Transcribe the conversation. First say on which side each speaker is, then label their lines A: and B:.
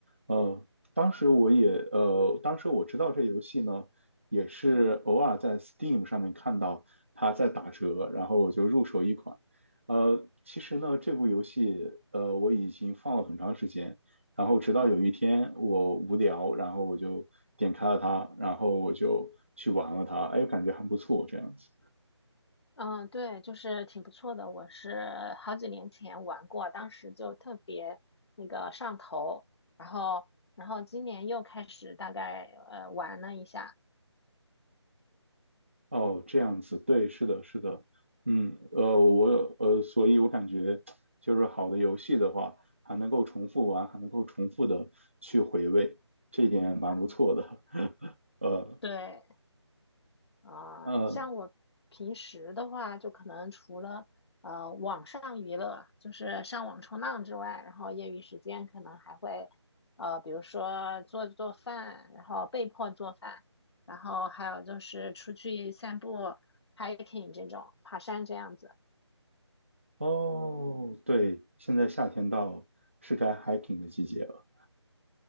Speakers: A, on the right; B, on the left.
A: 呃，当时我也呃，当时我知道这游戏呢，也是偶尔在 Steam 上面看到它在打折，然后我就入手一款。呃，其实呢，这部游戏呃我已经放了很长时间，然后直到有一天我无聊，然后我就点开了它，然后我就去玩了它，哎，感觉还不错，这样子。
B: 嗯，对，就是挺不错的。我是好几年前玩过，当时就特别那个上头，然后然后今年又开始大概呃玩了一下。
A: 哦，这样子，对，是的，是的，嗯，呃，我呃，所以我感觉就是好的游戏的话，还能够重复玩，还能够重复的去回味，这一点蛮不错的。
B: 嗯，
A: <laughs> 呃
B: 对，啊、
A: 呃，
B: 像我平时的话，就可能除了呃网上娱乐，就是上网冲浪之外，然后业余时间可能还会呃，比如说做做饭，然后被迫做饭，然后还有就是出去散步、hiking 这种爬山这样子。
A: 哦，对，现在夏天到了，是该 hiking 的季节了。